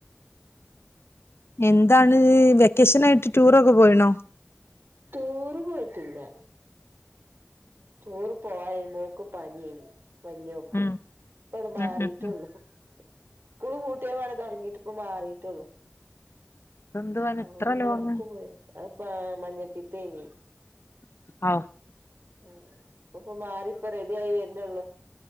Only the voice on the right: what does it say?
ടൂറ് പോയിട്ടില്ല റ്റുറ് പ് പോയ മോക്ക് പനിയാ നി വല്ല്യോക്ക്
ഇപ്പങ്ങട്ട് മാറിട്ടോള്ളു
സ്കൂൾ പൂട്ടിയ പാടെ തുടങ്ങിയിട്ട് ഇപ്പ മാറിട്ടോള്ളു.
ആ അവര്
പിന്ന
അവിടെക്ക് പോയി അപ് ആഹ് മഞ്ഞപ്പിത്തേനി
ആഹ് അപ്പ ഇപ്പ മാറിപ്പ റെഡി ആയി വരുന്നെള്ളു